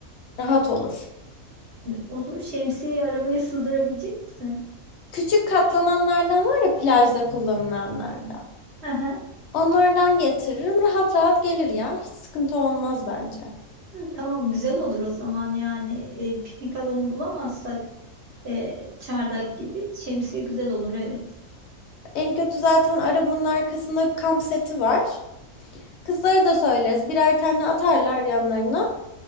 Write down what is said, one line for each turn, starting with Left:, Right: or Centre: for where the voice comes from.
Left: Rahat olur.
Right: Hani Olur şemsiyeyi arabaya sığdırabilecek misin?
Left: Küçük katlananlardan var ya plajda kullanılanlardan.
Right: Aha,
Left: Onlardan getiririm. Rahat rahat gelir ya. Hiç sıkıntı olmaz bence.
Right: hı, Hı, Tamam güzel olur o zaman yani E, piknik alanı bulamazsak e, çardak gibi şemsiye güzel olur evet.
Left: En kötü zaten arabanın arkasında kamp seti var. Kızlara da söyleriz. Birer tane atarlar yanlarına.